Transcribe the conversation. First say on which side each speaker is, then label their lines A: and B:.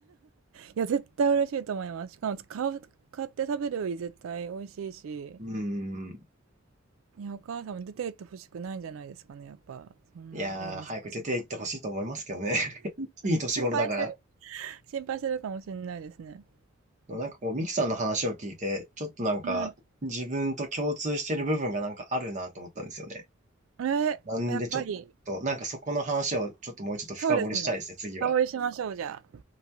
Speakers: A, on the right; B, on the right.
A: いや、絶対嬉しいと思います。しかも、買う、買って食べるより絶対美味しいし。
B: うん。
A: いや、お母さんも出て行ってほしくないんじゃないですかね、やっぱ。そんないい息子さん。
B: いやー、早く出て行ってほしいと思いますけどね。<laughs> いい年頃だから。
A: 心配してる、心配してるかもしれないですね。
B: でもなんかこう、ミキさんの話を聞いて、ちょっとなんか、
A: はい。
B: 自分と共通してる部分がなんかあるなと思ったんですよね。
A: ええ、
B: なんでちょっと、
A: やっぱり、
B: なんかそこの話をちょっともうちょっと深掘りしたいですね、
A: そうですね。
B: 次は。
A: 深追いしましょう、じゃあ。